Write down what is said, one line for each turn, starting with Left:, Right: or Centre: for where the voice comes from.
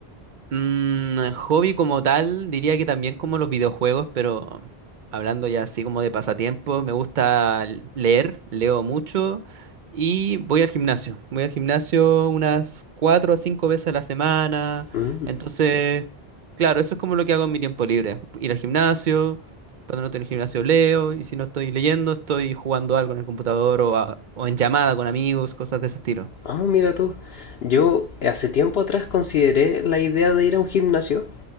Right: Mm, hobby como tal, diría que también como los videojuegos, pero hablando ya así como de pasatiempo, me gusta l- leer, leo mucho y voy al gimnasio. Voy al gimnasio unas cuatro a cinco veces a la semana.
Left: Mm.
Right: Entonces, claro, eso es como lo que hago en mi tiempo libre. Ir al gimnasio, cuando no estoy en el gimnasio leo y si no estoy leyendo, estoy jugando algo en el computador o, a- o en llamada con amigos, cosas de ese estilo.
Left: Ah, mira tú. Yo eh, hace tiempo atrás consideré la idea de ir a un gimnasio,